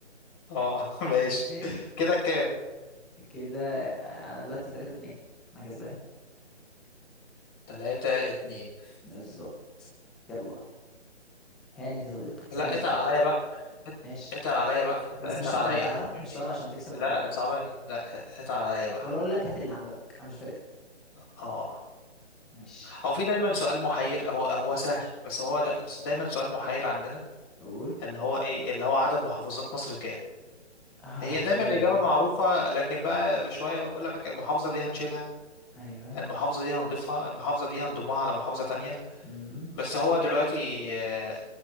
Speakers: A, on the left; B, in the centre.
A: آه، <laughs> ماشي
B: ماشي
A: كده كام
B: <laughs> كده أنا دلوقتي 3 2 أنا كسبان
A: تلاتة اتنين
B: بالظبط يلا هانت يا صديقي اسألني
A: لا اتقل
B: سؤال
A: عليا بقى ات-
B: ماشي
A: اتقل عليا بقى ات-
B: بس
A: اتقل
B: مش صعب
A: عليا
B: بقى ها
A: ماشي
B: مش صعب عشان تكسب
A: لا
B: وحقوق خلاص
A: صعبة لا اتقل عليا بقى
B: ولا أقول لك هات اللي عندك أنا مش فارق
A: اه
B: ماشي
A: هو في دايما سؤال محير هو هو سهل بس هو دا دايما سؤال محير عندنا
B: قول
A: ان هو ايه اللي هو عدد محافظات مصر كام
B: اه
A: هي دايما
B: إيه.
A: الإجابة معروفة لكن بقى شوية يقول لك المحافظة دي هنشيلها
B: ايوه
A: المحافظة دي هنضيفها المحافظة دي هنضمها على محافظة تانية
B: امم
A: بس هو دلوقتي آه،